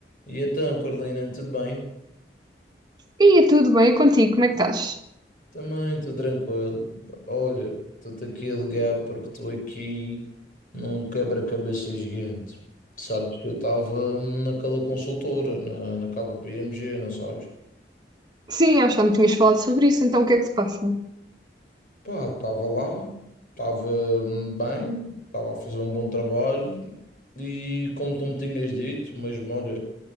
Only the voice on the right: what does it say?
Ia tudo bem contigo, como é que estás?
Sim, acho que já me tinhas falado sobre isso, então o que é que se passa?